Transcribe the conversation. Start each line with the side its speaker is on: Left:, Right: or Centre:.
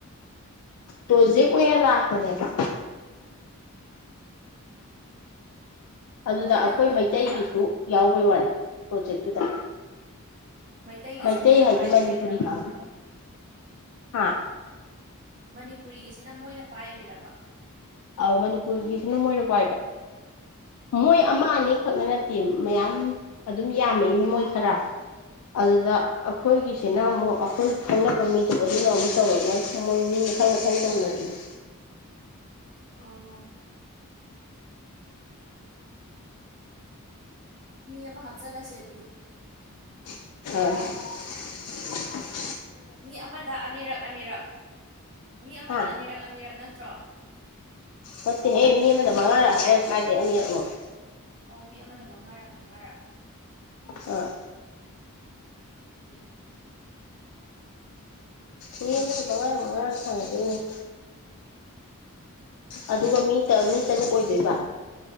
Left: ꯄ꯭ꯔꯣꯖꯦꯛ ꯑꯣꯏꯅ ꯂꯥꯛꯄꯅꯦꯕ ꯑꯗꯨꯗ
Right: ꯃꯣꯏꯅ
Left: ꯑꯩꯈꯣꯏ
Right: ꯀꯩꯅꯣ
Left: ꯃꯩꯇꯩꯒꯤꯁꯨ
Right: ꯑꯣꯏꯕ
Left: ꯌꯥꯎꯕꯩ ꯋꯥꯩꯅꯦ ꯄ꯭ꯔꯣꯖꯦꯛꯇꯨꯗ
Right: ꯃꯩꯇꯩꯒꯤꯁꯦ
Left: ꯃꯩꯇꯩ
Right: ꯃꯣꯏꯅ
Left: ꯍꯥꯏꯗꯤ
Right: ꯄꯥꯏꯕ
Left: ꯃꯅꯤꯄꯨꯔꯤ
Right: ꯑꯣꯏꯔꯤꯔꯕ
Left: ꯀꯥꯡꯕꯨ ꯍꯥꯥ
Right: ꯃꯅꯤꯄꯨꯔꯤꯒꯤꯁꯤꯅ ꯃꯣꯏꯅ ꯄꯥꯏꯔꯤꯔꯕ
Left: ꯑꯧ ꯃꯅꯤꯄꯨꯔꯒꯤꯁꯤꯅ ꯃꯣꯏꯅ ꯄꯥꯏꯕ ꯃꯣꯏ ꯑꯃ
Right: ꯑꯣꯝ
Left: ꯑꯅꯤ ꯈꯛꯅ ꯅꯠꯇꯦ ꯃꯌꯥꯝ ꯑꯗꯨꯝ ꯌꯥꯝꯃꯦ ꯃꯤ ꯃꯣꯏ ꯈꯔ ꯑꯗꯨꯗ ꯑꯩꯈꯣꯏꯒꯤꯁꯤꯅ ꯑꯃꯨꯛ ꯑꯩꯈꯣꯏ ꯈꯪꯅꯕ ꯃꯤꯗꯣ ꯑꯗꯨꯅ ꯑꯃꯨꯛ ꯇꯧꯔꯒ ꯃꯣꯏ ꯃꯤ ꯃꯊꯪ ꯃꯊꯪ ꯇꯧꯅꯔꯛꯏꯕ
Right: ꯑꯥ ꯃꯤ ꯑꯃ ꯍꯥꯞꯆꯜꯂꯁꯦ ꯑꯗꯨꯗꯤ
Left: ꯑꯁ
Right: ꯃꯤ ꯑꯃꯗ ꯑꯅꯤꯔꯛ ꯑꯅꯤꯔꯛ ꯃꯤ ꯑꯃꯗ
Left: ꯍꯥ
Right: ꯑꯅꯤꯔꯛ ꯑꯅꯤꯔꯛ ꯅꯠ ꯇ꯭ꯔꯣ
Left: ꯅꯠꯇꯦꯍꯦ ꯃꯤ ꯑꯃꯗ ꯃꯉꯥꯔꯛ ꯍꯥꯏꯔꯒ ꯀꯥꯏꯗꯩ ꯑꯅꯤꯔꯛꯃꯛꯅꯣ
Right: ꯑꯣ ꯃꯤ ꯑꯃꯅ ꯃꯉꯥꯔꯛ ꯃꯉꯥꯔꯛ
Left: ꯑ <unintelligible>
Right: ꯎꯝ
Left: ꯃꯤ ꯑꯃꯗ ꯃꯉꯥꯔꯛ ꯃꯉꯥꯔꯛ ꯁꯥꯟꯅꯗꯣꯏꯅꯦ ꯑꯗꯨꯒ ꯃꯤ ꯃꯤ ꯇꯔꯨꯛ ꯑꯣꯏꯗꯣꯏꯕ